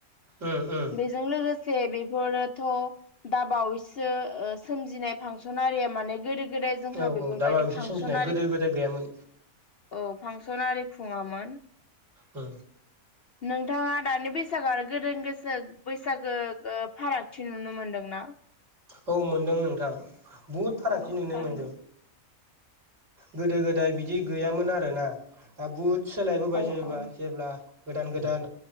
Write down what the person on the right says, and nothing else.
उम उम
औ औ
दा बावैसो
सोमजिनाय गोदो गोदाय गैयामोन
हो
औ मोनदों नोंथां बहुद फारागथि
नुनो
मोन्दों। गोदो गोदाय बिदि गैयामोन आरोना दा बुद सोलायबोबाय
जेबा
जेब्ला गोदान गोदान